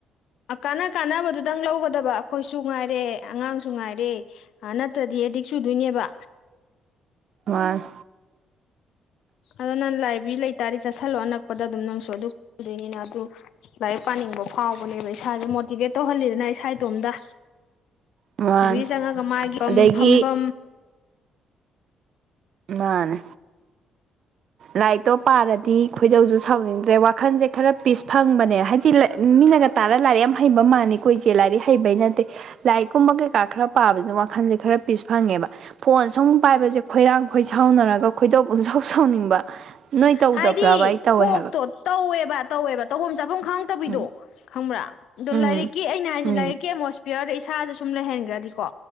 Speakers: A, on the left; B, on the right.
A: ꯀꯥꯟꯅ ꯀꯥꯟꯅꯕꯗꯨꯗꯪ ꯂꯧꯒꯗꯕ ꯑꯩꯈꯣꯏꯁꯨ ꯉꯥꯏꯔꯦ ꯑꯉꯥꯡꯁꯨ ꯉꯥꯏꯔꯦ ꯅꯠꯇ꯭ꯔꯗꯤ ꯑꯦꯗꯤꯛ ꯆꯨꯗꯣꯏꯅꯦꯕ
B: ꯃꯅꯤ꯫
A: ꯑꯗꯨ ꯅꯪ ꯂꯥꯏꯕꯔꯤ ꯂꯩꯇꯥꯔꯗꯤ ꯆꯠꯁꯤꯜꯂꯣ ꯑꯅꯛꯄꯗ ꯑꯗꯨꯝ ꯅꯪꯁꯨ ꯑꯗꯨ <unintelligible> ꯑꯗꯨ ꯂꯥꯏꯔꯤꯛ ꯄꯥꯅꯤꯡꯕ ꯐꯥꯎꯕꯅꯦꯕ ꯏꯁꯥꯁꯦ ꯃꯣꯇꯤꯚꯦꯠ ꯇꯧꯍꯜꯂꯤꯗꯅ ꯏꯁꯥ ꯏꯇꯣꯝꯇ
B: ꯃꯥꯅꯦ
A: ꯂꯥꯏꯕꯔ꯭ꯤ ꯆꯪꯉꯒ ꯃꯥꯒꯤ
B: ꯑꯗꯒꯤ
A: ꯐꯝꯕ
B: ꯃꯥꯅꯦ ꯂꯥꯏꯔꯤꯛꯇꯣ ꯄꯥꯔꯗꯤ ꯈꯣꯏꯗꯧꯁꯨ ꯁꯥꯎꯅꯤꯡꯗ꯭ꯔꯦ ꯋꯥꯈꯜꯁꯦ ꯈꯔ ꯄꯤꯁ ꯐꯪꯕꯅꯦ ꯍꯥꯏꯗꯤ ꯃꯤꯅꯒ ꯇꯥꯔ ꯂꯥꯏꯔꯤꯛ ꯌꯥꯝ ꯍꯩꯕ ꯃꯥꯥꯟꯅꯤ ꯀꯨꯏꯁꯦ ꯂꯥꯏꯔꯤꯛ ꯍꯩꯕꯩ ꯅꯠꯇꯦ ꯂꯥꯏꯔꯤꯛ ꯀꯨꯝꯕ ꯀꯩꯀꯥ ꯈꯔ ꯄꯥꯕꯕꯁꯤꯅ ꯋꯥꯈꯜꯁꯦ ꯈꯔ ꯄꯤꯁ ꯐꯪꯉꯦꯕ ꯐꯣꯟ ꯁꯨꯝ ꯄꯥꯏꯕꯁꯦ ꯈꯣꯏꯔꯥꯡ ꯈꯣꯏ ꯁꯥꯎꯅꯔꯒ ꯈꯣꯏꯗꯧ ꯄꯨꯡꯁꯥꯎ ꯁꯥꯎꯅꯤꯡꯕ ꯅꯣꯏ ꯇꯧꯗꯕ꯭ꯔꯥꯕ
A: ꯍꯥꯏꯗꯤ
B: ꯑꯩ ꯇꯧꯋꯦ
A: ꯀꯣꯛꯇꯣ
B: ꯍꯥꯏꯕ
A: ꯇꯧꯋꯦꯕ ꯇꯧꯕꯥꯝ ꯆꯕꯥꯝ ꯈꯥꯡꯗꯕꯤꯗꯣ
B: ꯎꯝ
A: ꯈꯪꯕ꯭ꯔꯥ ꯑꯗꯣ
B: ꯎꯝ
A: ꯂꯥꯏꯔꯤꯛꯀꯤ ꯑꯩꯅ ꯍꯥꯏꯁꯦ
B: ꯎꯝ
A: ꯂꯥꯏꯔꯤꯛꯀꯤ ꯑꯃꯣꯁ__ ꯄꯤꯌꯔꯗ ꯏꯁꯥꯥꯁꯦ ꯁꯨꯝ ꯂꯩꯍꯟꯈ꯭ꯔꯗꯤꯀꯣ